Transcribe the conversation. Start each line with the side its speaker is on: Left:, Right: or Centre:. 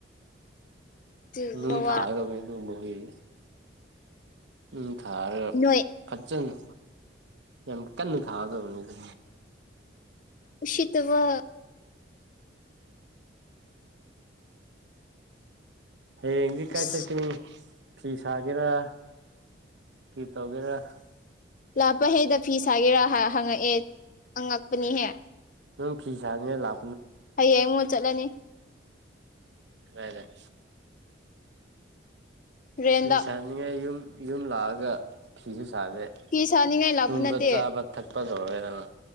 Left: ꯑꯗꯨꯒꯨꯝꯕ
Right: ꯅꯨꯡ
Left: ꯋꯥ
Right: ꯊꯥꯒꯗꯧꯅꯦ ꯑꯗꯨꯝꯕ ꯍꯨꯏꯗꯨꯗꯤ ꯅꯨꯡ ꯊꯔꯒ
Left: ꯅꯣꯏ
Right: ꯐꯠꯖꯅ ꯌꯥꯝ ꯀꯟꯅ ꯊꯥꯗꯧꯕꯅꯤ ꯑꯗꯨ
Left: ꯎꯁꯤꯠꯇꯕ
Right: ꯍꯌꯦꯡꯗꯤ ꯀꯥꯏ
Left: ꯏꯁ
Right: ꯆꯠꯀꯅꯤ ꯐꯤ ꯁꯥꯒꯦꯔꯥ ꯀ꯭ꯔꯤ ꯇꯧꯒꯦꯔꯥ
Left: ꯂꯥꯛꯄ ꯍꯦꯛꯗ ꯐꯤ ꯁꯥꯒꯦꯔꯥ ꯍꯥ ꯍꯪꯉꯛꯑꯦ ꯑꯉꯛꯄꯅꯤꯍꯦ
Right: ꯅꯪ ꯐꯤꯁꯥꯅꯤꯡꯉꯥꯏ ꯂꯥꯛ
Left: ꯍꯌꯦꯡꯃꯨꯛ ꯆꯠꯂꯅꯤ
Right: ꯀꯗꯥꯏꯗ
Left: ꯔꯦꯟꯗ
Right: ꯐꯤ ꯁꯥꯅꯤꯡꯉꯥꯏ ꯌꯨꯝ ꯌꯨꯝ ꯂꯥꯛꯑꯒ ꯐꯤꯖꯨ ꯁꯥꯥꯗꯦ
Left: ꯐꯤ ꯁꯥꯅꯤꯡꯉꯥꯏ ꯂꯥꯛꯄ
Right: ꯇꯨꯝꯕ
Left: ꯅꯠꯇꯦ
Right: ꯆꯥꯕ ꯊꯛꯄ ꯂꯣꯏꯔꯦꯗꯅ